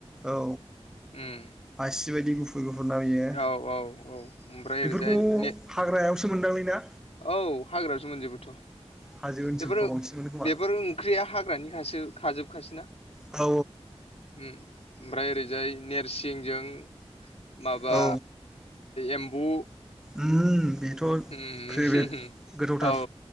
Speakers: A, in the centre; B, on the left.
A: औ
B: उम
A: आसि बायदि गुफुर गुफुरना बियो
B: औ औ औ ओमफ्राय ओरैजाय
A: बेफोरखौ
B: ने
A: हाग्रायावसो मोनोदांलै ना
B: औ हाग्रायावसो मोनजोबोथ'
A: हाजो ओनसोलफ्राव
B: बेफोरो
A: बांसिन मोनो खोमा
B: बेफोर ओंख्रिया हाग्रानिखासो खाजोबखासै ना
A: औ
B: उम ओमफ्राय ओरैजाय नेरसिंजों माबा
A: औ
B: एम्बु
A: उम बे थ'
B: उम
A: प्रेभेट गोथावथार
B: औ